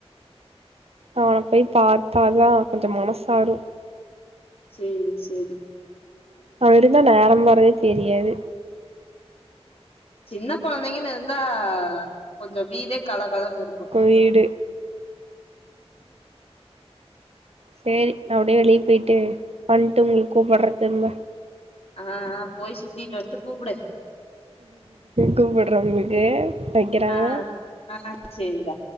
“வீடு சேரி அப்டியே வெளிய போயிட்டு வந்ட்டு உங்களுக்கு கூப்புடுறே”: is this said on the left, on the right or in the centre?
Right